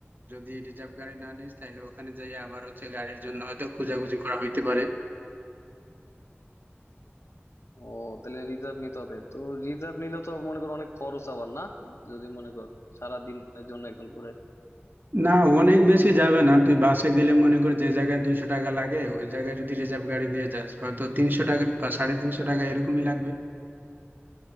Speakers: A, on the right; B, on the left.
A: যদি রিজার্ভ গাড়ি না নিস তাহলে ওখানে যাই আবার হচ্ছে গাড়ির জন্য হয়তো খোঁজাখুঁজি করা হইতে পারে
B: ও তাহলে রিজার্ভ নিতে হবে তো রিজার্ভ নিলে তো মনে করো অনেক খরচ আবার না যদি মনে কর সারা দিনের জন্য একদম ঘুরে
A: না অনেক বেশি যাবে না তুই বাসে গেলে মনে কর যে জায়গায় দুইশো টাকা লাগে ওই জায়গায় যদি রিজার্ভ গাড়ি দিয়ে যাস হয়তো তিনশো টাকা বা সাড়ে তিনশো টাকা এরকমই লাগবে